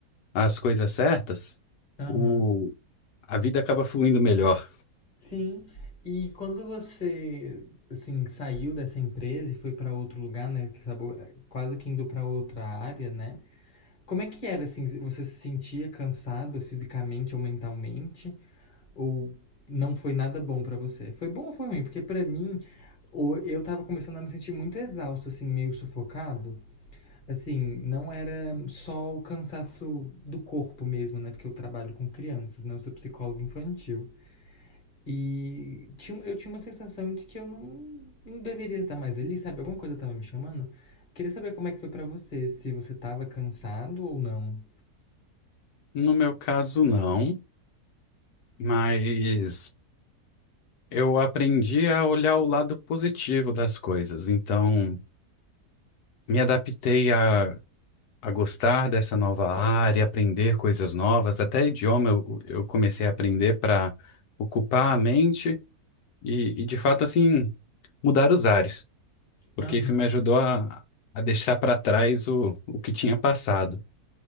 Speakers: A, on the left; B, on the left.
A: as coisas certas,
B: Aham.
A: o, a vida acaba fluindo melhor.
B: Sim. E quando você, assim, saiu dessa empresa e foi pra outro lugar, né? que acabou eh, quase que indo pra outra área, né? Como é que era, assim? Você se sentia cansado fisicamente ou mentalmente? Ou não foi nada bom pra você? Foi bom ou foi ruim? Porque pra mim, o- eu tava começando a me sentir muito exausto, assim, meio sufocado. Assim, não era só o cansaço do corpo mesmo, né? Porque eu trabalho com crianças, né? Eu sou psicólogo infantil. E tinha, um, eu tinha uma sensação de que eu não, não deveria estar mais ali, sabe? Alguma coisa tava me chamando. Queria saber como é que foi pra você, se você tava cansado ou não.
A: No meu caso, não, mas eu aprendi a olhar o lado positivo das coisas. Então, me adaptei a a gostar dessa nova área, aprender coisas novas, até idioma eu, eu comecei a aprender para ocupar a mente e, e, de fato, assim, mudar os ares, porque
B: Aham,
A: isso me ajudou a, a deixar para trás o, o que tinha passado.